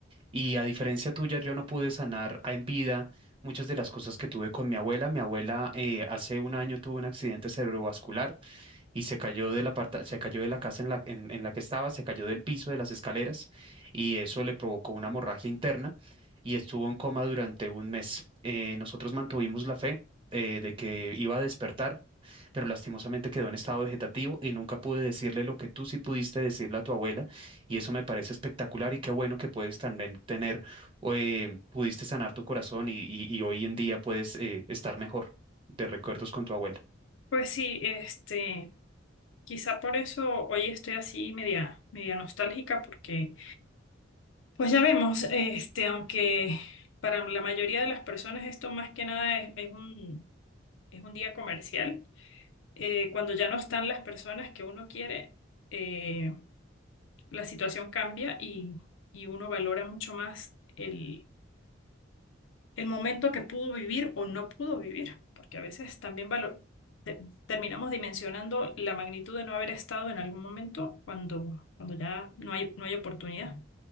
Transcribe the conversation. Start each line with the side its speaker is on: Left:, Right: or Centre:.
Right: Y a diferencia tuya, yo no pude sanar a- en vida muchas de las cosas que tuve con mi abuela. Mi abuela eh, hace un año tuvo un accidente cerebrovascular y se cayó de la parta- se cayó de la casa en la, en, en la que estaba, se cayó del piso de las escaleras y eso le provocó una hemorragia interna y estuvo en coma durante un mes. Eh, nosotros mantuvimos la fe eh, de que iba a despertar, pero lastimosamente quedó en estado vegetativo y nunca pude decirle lo que tú sí pudiste decirle a tu abuela y eso me parece espectacular y qué bueno que puedes también tener, eh, pudiste sanar tu corazón y, y- y hoy en día puedes eh, estar mejor de recuerdos con tu abuela.
Left: Pues sí, este, quizá por eso hoy estoy así media, media nostálgica porque Pues ya vemos, este, aunque para la mayoría de las personas esto más que nada es, es un, es un día comercial, eh, cuando ya no están las personas que uno quiere, eh, la situación cambia y, y uno valora mucho más el, el momento que pudo vivir o no pudo vivir, porque a veces también valo- te- terminamos dimensionando la magnitud de no haber estado en algún momento cuando, cuando ya no hay, no hay oportunidad.